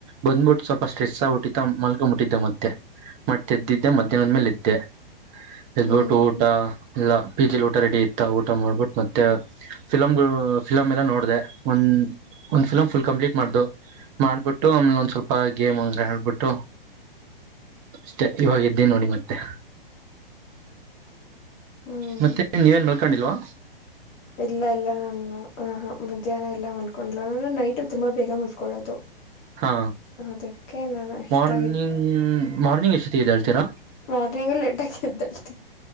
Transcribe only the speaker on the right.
ಬಂದ್ಬಿಟ್ಟು ಸ್ವಲ್ಪ ಸ್ಟ್ರೆಸ್ ಆಗಬಿಟ್ಟಿದ್ದ ಮಲ್ಕೊ ಮುಟ್ಟಿದ್ದೆ ಮತ್ತೆ ಮತ್ತೆದ್ದಿದ್ದೆ ಮಧ್ಯಾಹ್ಂದ್್ಮೇಲೆ ಇದದ್ದೆ ಎಡ್ಬಿಟ್ಟು
ಊಟ ಇಲ್ಲ ಪಿಜಿ ಲಿ ಊಟ ರೆಡಿ ಇತ್ತ ಮಾಡ್ಬಿಟ್ಟು ಮತ್ತೆ ಫಿಲಾಮ್ ಫಿಲಾಮ್ ಎಲ್ಲ ನೋ ಡಿದೆ ಒಂದ್ ಒಂದ್ ಫಿಲಂ್ ಫುಲ್ ಕಂಪ್ಲೀಟ್ ಮಾಡ್ದ ಮಾಡ್ಬಿಟ್ಟು ಆಮೇಲೆ ಒಂದ್ ಸ್ವಲ್ಪ ಗೇಮ್ ಆಬಿಟ್ಟು ಅಷ್ಟೆ ಇವಾಗ ಇದ್ದಿ ನೋಡಿ ಮತ್ತೆ
ಮತ್ತೆ ನೀವೇನ್ ಮಾಡರ್ ಕಡಿಲ್ವಾ
ಹಾ
ಮಾರ್ನಿಂಗ್ ಮಾರ್ನಿಂಗ ಎಷ್ಟತ್ತಗದೆ ಅಳ್ತೀರ